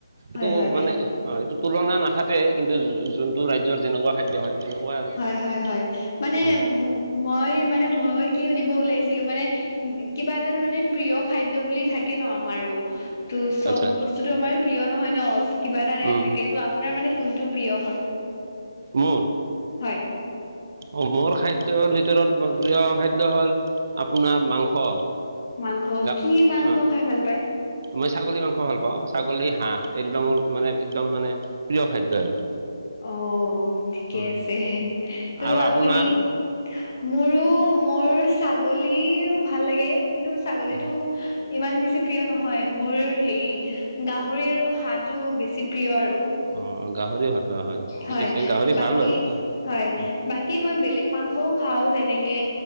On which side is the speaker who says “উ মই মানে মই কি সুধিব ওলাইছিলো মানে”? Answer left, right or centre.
Left